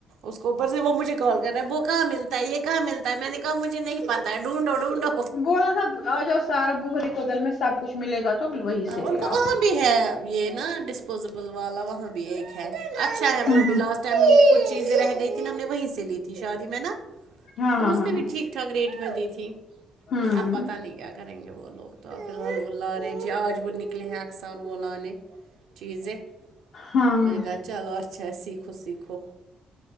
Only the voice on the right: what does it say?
اس کو اوپر سے وہ مجھے کال وہ کہاں ملتا ہے یہ کہاں ملتا ہے میں نے کہا مجھے نہیں پتا ہے ڈھونڈو ڈھونڈو
ان کو وہاں
بھی ہے یہ نا ڈسپوزیبل والا وہاں بھی ایک ہے اچھا ہے وہ
بھی لاسٹ ٹائم ہم نے کچھ چیزیں رہ گئی تھی نا ہم نے وہیں سے لی شادی میں نا
تو
اس نے بھی
ٹھیک ٹھاک ریٹ دی تھی
اب پتا
نہیں کیا کریں گے وہ لوگ فلحال وہ لا رہے ہیں جی آج وہ نکلے ہیں اکثار وہ لا نے چیزیں
میں نے کہا چلو اچھا ہے سیکھو خود سیکھو